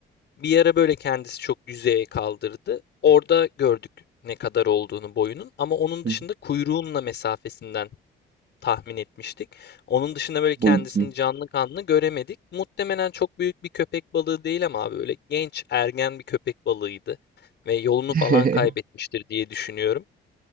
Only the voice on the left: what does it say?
Bir ara böyle kendisi çok yüzeye kaldırdı. Orada gördük ne kadar olduğunu boyunun ama onun
dışında
kuyruğunla mesafesinden tahmin etmiştik. Onun dışında böyle kendisini
canlı kanlı göremedik. Muhtemelen çok büyük bir köpek balığı değil ama abi böyle genç ergen bir köpek balığıydı ve yolunu
falan kaybetmiştir diye düşünüyorum.